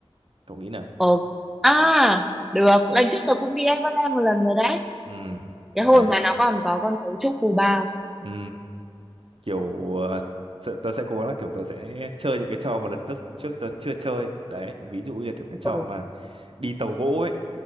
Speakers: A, on the right; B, in the centre.
A: Cậu nghĩ nào?
B: Ồ, à, được. Lần trước tớ cũng đi Everland một lần rồi đấy.
A: Ừ.
B: Cái hồi
A: Đấy.
B: mà nó còn có con gấu trúc phù bao.
A: Ừ. kiểu ờ, sợ- tớ sẽ cố gắng là kiểu tớ sẽ chơi những cái trò mà lần trước trước tớ chưa chơi đấy ví dụ như kiểu cái trò
B: Ừ,
A: mà đi tàu gỗ ấy